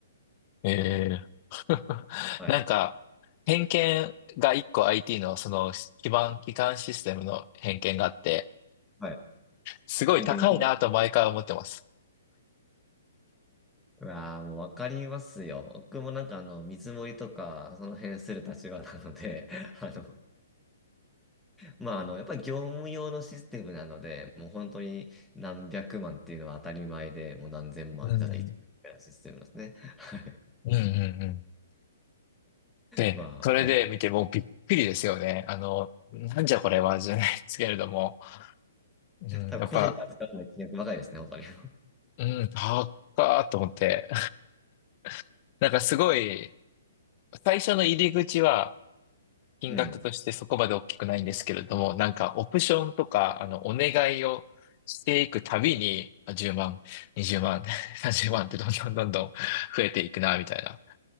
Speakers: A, on the left; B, in the centre.
A: えー <laughs>
B: たの。はい。
A: なんか、偏見が一個 IT のその基盤、基幹システムの偏見があって、
B: はい。
A: すごい高いなと毎回思ってます。
B: ご意見どうぞうわあ、もうわかりますよ。僕もなんかあの、見積もりとか、その辺する立場なので、<laughs> あの、まあ、あの、やっぱり業務用のシステムなので、もう本当に何百万っていうのは当たり前で、もう何千万、
A: うんうん
B: ただ一部みたいなシステムなんですね。はい。
A: うんうんうん。で、
B: まあ、
A: それで見てもうびっくりですよね。
B: なん
A: あの、なんじゃこれはじゃないですけれども、うん、
B: 多分個人で扱わない金額ばかりですね、
A: やっぱ、
B: 本当に。<laughs>
A: うん、高っと思って。<laughs> なんかすごい、最初の入り口は、金額としてそこまで大きくないんですけれども、
B: うん。
A: なんかオプションとか、あの、お願いをしていくたびに、あ10万、20万、<laughs> 30万ってどんどんどんどん増えていくな、みたいな。